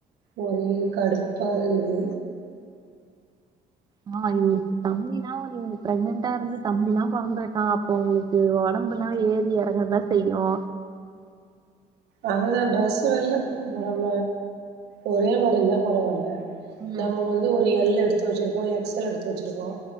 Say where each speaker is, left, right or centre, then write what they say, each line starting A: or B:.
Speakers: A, on the right (about 75°); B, on the right (about 25°).
A: ஒரே கடுப்பா வருது
B: ஆ இன்னக்கி தம்பில்லா வந்து நீங்க பிரெக்னன்டா இருந்து தம்பில்லா பொறந்துருக்கா அப்போ ஒடம்புலா ஏறி எறங்கதா செய்யு
A: அததா ட்ரெஸ் வெல்ல போன ஒரே மாரி இருந்தா பரவால்ல
B: ம்
A: நம்ம வந்து ஒரு எல் எடுத்து வச்சுருக்கோ எக்ஸ் எல் எடுத்து வச்சுருக்கோ